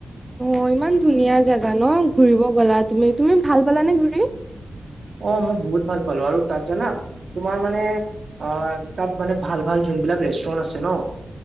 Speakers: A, on the right; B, on the right.
A: অ', ইমান ধুনীয়া জেগা ন ঘূৰিব গ'লা তুমি তুমি ভাল পালানে ঘূৰি?
B: অ', মই বহুত ভাল পালোঁ, আৰু তাত জানা তোমাৰ মানে অ তাত মানে ভাল ভাল যোনবিলাক ৰেষ্টুৰেণ্ট আছে ন।